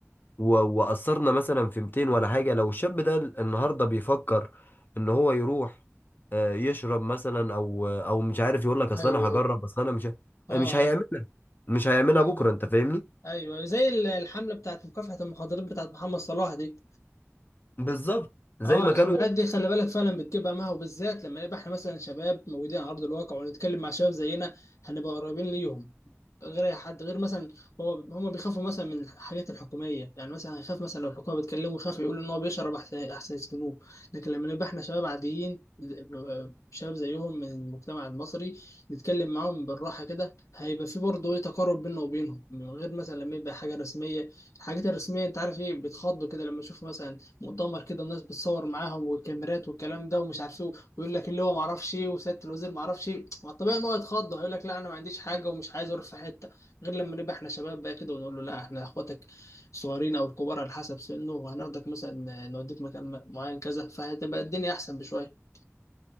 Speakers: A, on the left; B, on the left.
A: و- وأثرنا مثلا في 200 ولا حاجة لو الشاب ده النهاردة بيفكر إن هو يروح آه، يشرب مثلا أو أو مش عارف يقول لك أصل
B: ايوه
A: أنا هجرب
B: ايوه
A: أصل أنا مش ه-
B: اه
A: مش هيعملها
B: ايوه
A: مش هيعملها
B: ايوه
A: بكرة أنت فاهمني؟
B: ايوه أيوه. زي ال- الحمله بتاعت مكافحه المخدرات بتاعت محمد صلاح دي
A: بالظبط زي
B: اه
A: ما
B: الحملات
A: كانوا
B: دي خلي بالك فعلا بتجيب همها وبالذات لما نبقى احنا مثلا شباب موجودين على ارض الواقع ونتكلم مع شباب زينا هنبقى قريبين ليهم غير اي حد غير مثلا هو هم بيخافوا مثلا من الحاجات الحكوميه يعني مثلا هيخاف مثلا لو الحكومه بتكلمه يخاف يقول ان هو بيشرب احسن احسن يسجنوه لكن لما نبقى احنا شباب عاديين شباب زيهم من المجتمع المصري نتكلم معاهم بالراحه كده هيبقى في برضه ايه تقارب بيننا وبينهم من غير مثلا لما يبقى حاجه رسميه الحاجات الرسميه انت عارف ايه بيتخضوا كده لما يشوفوا مثلا مؤتمر كده الناس بتصور معاهم والكاميرات والكلام ده ومش عارف ايه ويقول لك اللي هو ما اعرفش ايه وسياده الوزير ما اعرفش ايه ما الطبيعي ان هو يتخض ويقول لك لا انا ما عنديش حاجه ومش عايز اروح في حته غير لما نبقى احنا شباب بقى كده ونقول له لا احنا اخواتك الصغيرين او الكبار على حسب سنه وهناخدك مثلا نوديك مكان م- معين كذا فهتبقى الدنيا احسن بشويه